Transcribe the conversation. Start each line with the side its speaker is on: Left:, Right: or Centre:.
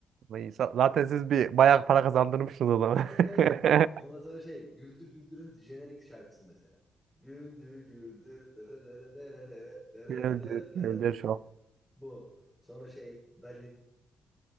Right: Vay, sa- Zaten siz bir bayağı para kazandırmışsınız o zaman.
Centre: Tabii tabii.
Right: <laughs>
Centre: Ondan sonra şey Güldür Güldür'ün jenerik şarkısı mesela. Güldür Güldür dere dere dere dere dere
Right: Güldür,
Centre: dere dere
Right: güldür
Centre: dere diye.
Right: şu.
Centre: Bu. Sonra şey Dalin.